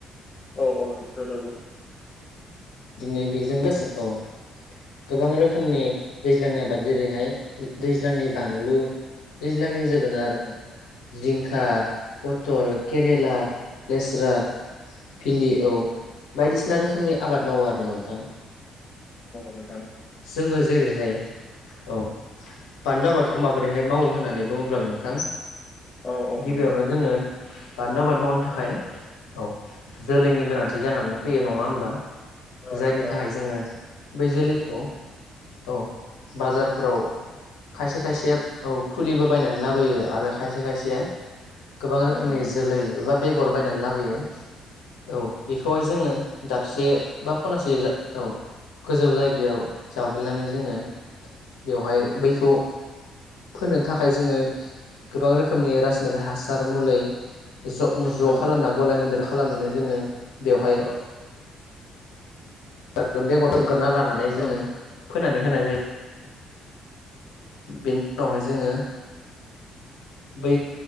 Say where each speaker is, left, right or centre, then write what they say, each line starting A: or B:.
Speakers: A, on the left (about 35°); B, on the left (about 65°).
A: औ औ नोंथां नंगौ
B: दिदिनो बेजों लोगोसे औ गोबां रोखोमनि दैज्लांनि आबाद जेरैहाय दैज्लांनि बानलु दैज्लांनि जोगोनार
A: औ
B: जिंखा पथल केरेला लेस्रा भिन्दि औ बायदिसिना रोखोमनि आबाद मावो आरो ना नोंथां
A: नोंथां
B: जोङो जेरैहाय औ बानलु आबादखौ माबोरैहाय मावो होननानै बुङोब्ला नोंथां
A: औ औ
B: गिबियावनो
A: नोंथां
B: जोङो बानलु आबाद मावनो थाखाय औ जोलैनि गोनांथि जानानै फैयो नङा होमबा।
A: औ
B: जायनि
A: नोंथां
B: थाखाय जोङो बै जोलैखौ
A: औ
B: औ बाजारफोराव खायसे खायसेया औ फुलिबो बायनानै लाबोयो आरो खायसे खायसे के गोबां
A: औ
B: रोखोमनि जोलै एबा बेगर बायनानै लाबोयो औ। बेखौहाय जोङो दाबसे बा खनासे औ गोजौ जायगायाव जावग्लिनानै जोङो बेवहाय
A: औ
B: बैखौ फोनो थाखाय जोङो गोबां रोखोमनि रासायनारिक हासार मुलै ज' ज'
A: औ
B: खालामना गलाय मोनदेर खालामनानै जोङो बेवहाय
A: औ
B: <unintelligible> लानानै
A: औ
B: जोङो
A: नोंथां
B: फोननानै होनाय जायो। बेनि उनावहाय जोङो बै